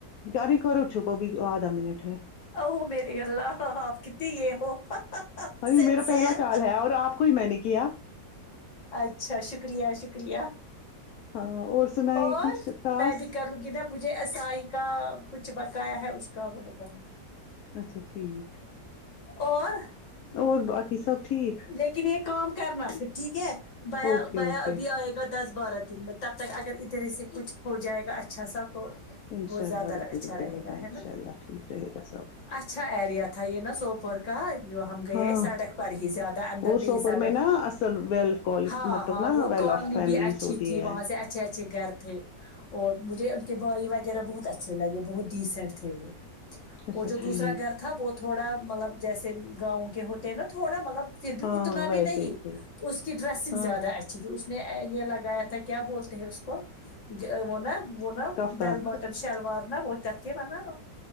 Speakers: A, on the left; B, on the left.
A: گاری کرو چو وہ بھی آدھا منٹ ہے
B: او میرے اللہ آپ کتنی یہ ہو
A: ہر
B: سنسیئر
A: میرا پہلا کال ہے اور آپ کو ہی میں نے کیا
B: اچھا شکریہ شکر شکریہ
A: ہاں اور سنائیے
B: اور
A: کچھ خاص
B: میں بھی کروں گی نا مجھے ایس ائی کا کچھ بقایا ہے اس کا وہ بتاوں
A: اچھا ٹھیک
B: اور
A: اور باقی سب ٹھیک
B: لیکن یہ کام کرنا پھر ٹھیک ہے بیا
A: اوکے
B: بیا
A: اوکے
B: ابھی آئے گا دس بارہ دن میں تب تک اگر ادھر اس سے کچھ ہو جائے گا اچھا سا تو
A: انشاء
B: وہ
A: اللہ
B: زیادہ
A: رتے
B: اچھا
A: رتے
B: رہے
A: ہوگا
B: گا
A: ان
B: ہے نا
A: شاء اللہ ٹھیک رہے گا سب
B: اچھا آئیڈیا تھا یہ نا سوپور کا جو ہم گی
A: ہاں
B: سڑک پر ہی زیادہ اندر
A: اور
B: نہیں
A: سوپور
B: یہ سڑک
A: میں نا اصل ویل
B: ہاں
A: مطلب
B: ہاں
A: نا
B: وہ
A: ویل
B: کوالنی
A: آف فیملیز
B: بھی اچھی
A: ہوتی
B: تھی
A: ہے
B: وہاں سے سے اچھے اچھے گھر تھے اور مجھے ان کے بھائی گہرا بہت اچھے لگے بہت ڈیسینٹ تھے وہ
A: اچھا
B: اور جو دوسرا
A: ٹھیک
B: گھر تھا وہ تھوڑا مطلب جیسے گاؤں کے ہوتے ہیں نا تھوڑا مطلب پھر بھی
A: ہاں
B: اتنا
A: ہاں ویسے
B: بھی نہیں
A: ہی تھے
B: اس کی ڈریسنگ
A: ہاں
B: زیادہ اچھی تھی اس نے یہ لگایا تھا کیا بولتے ہیں اس کو وہ نا وہ نا
A: کفتان
B: بیل بٹم شلوار نا وہ ت کی ونا